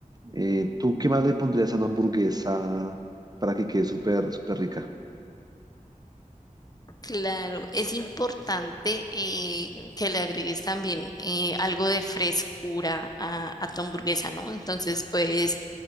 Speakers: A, on the right (about 30°); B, on the left (about 25°).
A: Eh, ¿tú qué más le pondrías a una hamburguesa para que quede súper, súper rica?
B: Claro, es importante eh, que le agregues también eh, algo de frescura a, a tu hamburguesa, ¿no? Entonces, pues,